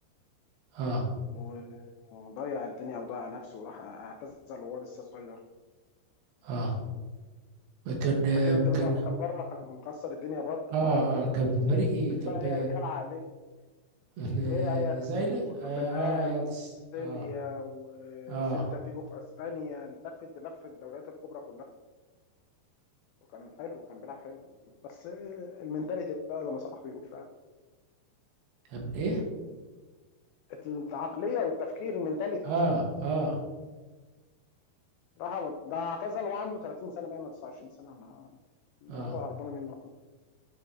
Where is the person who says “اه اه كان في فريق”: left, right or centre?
Right